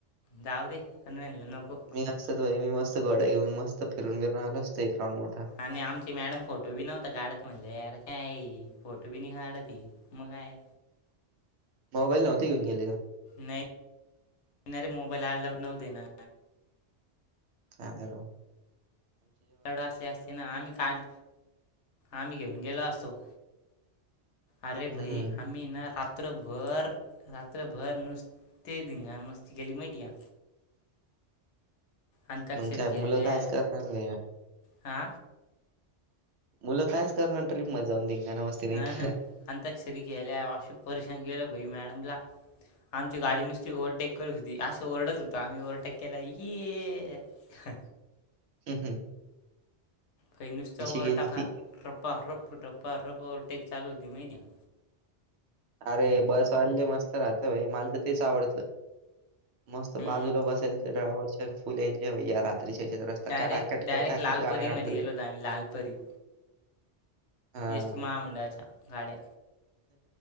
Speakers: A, on the left; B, on the right.
A: जावदे. पन म्हणल नको.
B: मी असताच भाई मी मस्त घोड्या घेऊ मस्त फिरून बिरून आलो असतो. एक राऊड मोठा.
A: आणि आची मॅडम फोटो बी नवता काढत. म्हणले अर काये. फोटो बी नाही काढत. म काय?
B: मोबाईल नव्हते घेऊन गेले का.
A: नाही येणारे. मोबाईल अलाउड नव्हते ना.
B: काय करावं.
A: लढ असले असते ना. आम्ही काढ आम्ही घेऊन गेलो असतो. अरे
B: हं.
A: भाई आम्ही ना रात रात्रभर रात्रभर नुस्ते धिंगाना, मस्ती केेली माहिती का. अंताक्षरी
B: म्हणत्यात
A: खेळल्या
B: मुलं काय अस करणार नाही आहेत.
A: हा.
B: मुलं कायच करणार ट्रिप मध्ये जाऊन धिंगाणा, मस्ती नाही
A: हा
B: तर.
A: ना. अंताकक्षरी गेल्या परीशान गेल भाई मॅडमला. आमची गाडी नुसती ओव्हरटेक करत होती. अस ओरडत होतं आम्ही ओव्हरटेक केल की ये. ह.
B: हम् हम.
A: होय, नुसत वर
B: गेलती.
A: टाका. रपा रप्प रप्पा रप्प ओव्हरटेक चालू होती माहिती येका.
B: अरे, बस वाले लय मस्त राहतय. मला तर तेच आवडत. मस्त
A: हम्म
B: बाजूला बसायचं. तर ड्रायव्हरच्या फुल एन्जॉय भाई या. तर हेच्या हिच्यात रस्ता
A: डायरेक्ट
B: कटाकट
A: डायरेक्ट
B: कटाकट
A: लालपरीमध्ये
B: गाड्या काढतात
A: गेलो
B: ते.
A: होतो आम्ही लालपरी
B: हां.
A: एस टी महामंडळाच्या गाड्या